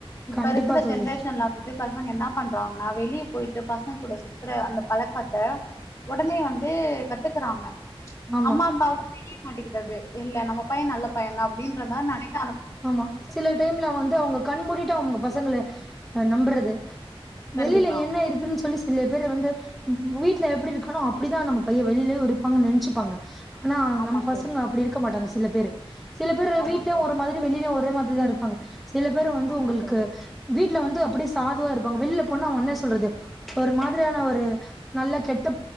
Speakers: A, on the left; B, in the centre.
A: இப்ப
B: கண்டிப்பா
A: இருக்கிற
B: தோழி
A: ஜென்ரேஷன்ல வந்து பசங்க என்ன பண்றாங்கன்னா வெளியே போயிட்டு பசங்க கூட சுத்துற அந்த பழக்காத்தை உடனே வந்து கத்துக்குறாங்க
B: ஆமா
A: அம்மாப்பாவு தெரிய மாட்டிங்குது அது இல்ல நம்ம பைய நல்ல பைய தா அப்டின்ற மாரி நெனைக்கன்
B: ஆமா சில டைம்ல வந்து அவங்க கண் மூடிட்டு அவங்க பசங்கள அ நம்பறது வெளியில
A: கண்டிப்பா
B: என்ன இருக்குன்னு சொல்லி சில பேரு வந்து வீடல எப்டி இருக்கணு அப்டிதா நம்ம பைய வெளியிலேயே இருப்பாங்குன்னு நெனைச்சுப்பாங்க ஆனா
A: ஆமா
B: நம்ம பசங்க
A: தோழி
B: அப்டி இருக்க மாட்டாங்க சில பேரு சில பேரு
A: ஆமா
B: வீட்லயு
A: தோழி
B: ஒரு மாரி வெளியு ஒரே மாதிரி தா இருப்பாங்க சில பேரு வந்து
A: ஆமா
B: உங்களுக்கு
A: தோழி
B: வீட்ல வந்து அப்டியே சாதுவா இருப்பாங்க வெளில போனா ஒன்னே சொல்றது ஒரு மாதிரியான ஒரு நல்ல கெட்ட